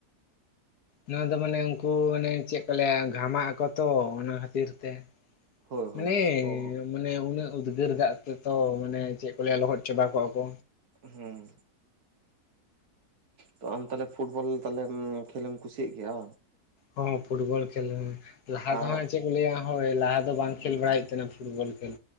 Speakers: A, on the left; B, on the right.
A: ᱱᱚᱣᱟ ᱫᱚ ᱢᱟᱱᱮ ᱩᱱᱠᱩ ᱢᱟᱱᱮ ᱪᱮᱫ ᱠᱚ ᱞᱟᱹᱭᱟ ᱜᱷᱟᱢᱟᱜ ᱟᱠᱚ ᱛᱚ᱾ ᱚᱱᱟ ᱠᱷᱟᱹᱛᱤᱨ ᱛᱮ
B: ᱦᱳᱭ
A: ᱢᱟᱱᱮ
B: ᱦᱳᱭ ᱛᱚ
A: ᱢᱟᱱᱮ ᱩᱱᱟᱹᱜ ᱩᱫᱽᱜᱟᱹᱨ ᱜᱟᱜ ᱡᱚᱛᱚ ᱢᱟᱱᱮ ᱪᱮᱫ ᱠᱚ ᱞᱟᱹᱭᱟ ᱞᱚᱦᱚᱫ ᱪᱟᱵᱟ ᱠᱚᱜᱼᱟ ᱠᱚ᱾
B: ᱦᱩᱸ ᱛᱚ ᱟᱢ ᱛᱟᱦᱚᱞᱮ ᱯᱷᱩᱴᱵᱚᱞ ᱛᱟᱦᱞᱮ ᱠᱷᱮᱞᱮᱢ ᱠᱩᱥᱤᱭᱟᱜ ᱜᱮᱭᱟ?
A: ᱦᱚ ᱯᱷᱩᱴᱵᱚᱞ ᱠᱷᱮᱞ ᱞᱟᱦᱟ
B: ᱟᱨ
A: ᱫᱚ ᱦᱟᱸ ᱪᱮᱫ ᱠᱚ ᱞᱟᱹᱭᱟ ᱦᱳᱭ ᱞᱟᱦᱟ ᱫᱚ ᱵᱟᱝ ᱠᱷᱮᱞ ᱵᱟᱲᱟᱭ ᱦᱩᱭᱩᱜ ᱛᱟᱦᱮᱱᱟ᱾ ᱯᱷᱩᱴᱵᱚᱞ ᱠᱷᱮᱞ